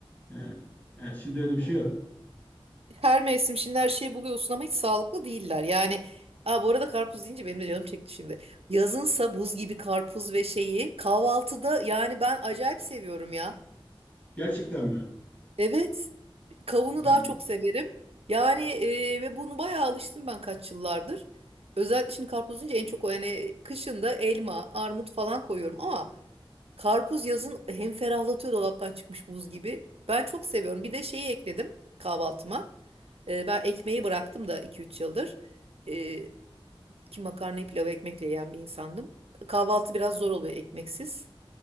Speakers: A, on the left; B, on the right.
A: e, yani şimdi öyle bir şey yok.
B: Her mevsim şimdi her şeyi buluyorsun ama hiç sağlıklı değiller. Yani Aa, bu arada karpuz deyince benim de canım çekti şimdi. Yazınsa buz gibi karpuz ve şeyi kahvaltıda yani ben acayip seviyorum ya.
A: Gerçekten mi?
B: Evet, kavunu
A: Ben
B: daha çok severim. Yani e, ve bunu bayağı alıştım ben kaç yıllardır. Özellikle şimdi karpuz deyince en çok o yani kışında elma, armut falan koyuyorum ama Karpuz yazın hem ferahlatıyor dolaptan çıkmış buz gibi. Ben çok seviyorum. Bir de şeyi ekledim kahvaltıma. Ee, ben ekmeği bıraktım da iki üç yıldır. Ee, ki makarnayı pilav ekmekle yiyen bir insandım. Kahvaltı biraz zor oluyor ekmeksiz.